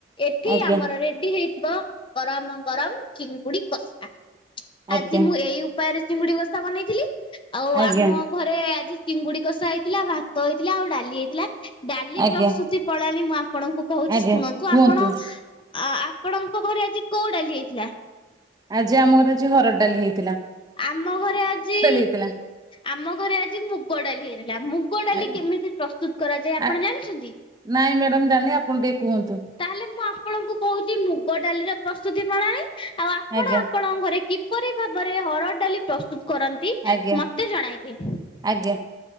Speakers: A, on the left; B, on the right.
A: ଏଠି
B: ଆଜ୍ଞା
A: ଆମର
B: ଆଜ୍ଞା
A: ରେଡି ହେଇ ଗରମ ଗରମ ଚିଙ୍ଗୁଡି କଷା ଆଜି
B: ଆଜ୍ଞା
A: ମୁଁ ଏଇ ଉପାୟରେ ଚିଙ୍ଗୁଡି କଷ ବନେଇଥିଲି ଆଉ
B: ଆଜ୍ଞା
A: ଆମ ଘରେ ଆଜି ଚିଙ୍ଗୁଡି କଷା ହେଇଥିଲା ଭାତ ହେଇଥିଲା ଆଉ ଡାଲି ହେଇଥିଲା ଡା
B: ଆଜ୍ଞା
A: ପ୍ରସୁତି ପଳାନି ମୁଁ ଆପଣଙ୍କୁ କହୁଛି
B: ଆଜ୍ଞା
A: ଶୁଣନ୍ତୁ
B: କୁହନ୍ତୁ
A: ଆପଣ ଆ ଆପଣଙ୍କ ଘରେ ଆଜି କୋଉ ଡାଲି ହେଇଥିଲା
B: ଆଜି ଆମ ଘରେ ଆଜି ହର ଡ଼ାଲି ହେଇଛି।
A: ଆମ ଘରେ ଆଜି
B: ହେଇଥିଲା
A: ଆମ ଘରେ ଆଜି ମୁଗ ଡାଲି ହେଇଥିଲା ମୁଗ ଡାଲି
B: ଆଜ୍ଞା
A: କେମିତି ପ୍ରସ୍ତୁତ କରାଯାଏ ଆପଣ
B: ଆ
A: ଜାଣିଛନ୍ତି?
B: ନାଇଁ ମ୍ୟାଡ଼ାମ ଜାଣିନି ଆପଣ ଟିକେ କୁହନ୍ତୁ।
A: ତାହେଲେ ମୁଁ ଆପଣଙ୍କୁ କହୁଛି ମୁଗ ଡାଲିର ପ୍ରସ୍ତୁତି ପ୍ରଣାଳୀ। ଆଉ ଆପଣ
B: ଆଜ୍ଞା
A: ଆପଣଙ୍କ ଘରେ କିପରି ଭାବରେ ହରଡ ଡାଲି ପ୍ରସ୍ତୁତ କରନ୍ତି। ନ୍ତି
B: ଆଜ୍ଞା
A: ମତେ ଜଣାଇବେ।
B: ଆଜ୍ଞା।